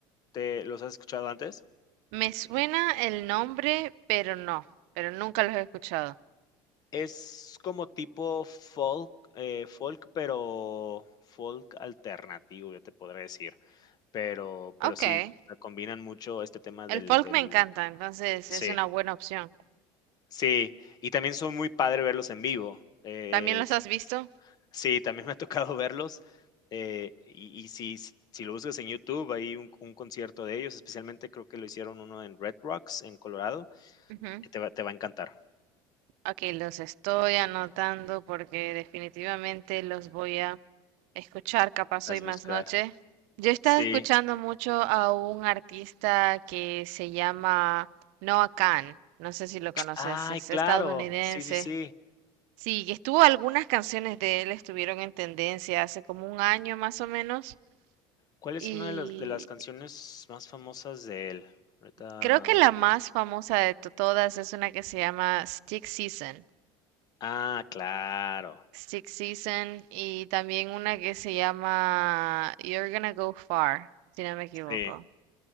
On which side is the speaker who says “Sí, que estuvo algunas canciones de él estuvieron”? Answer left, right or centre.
Right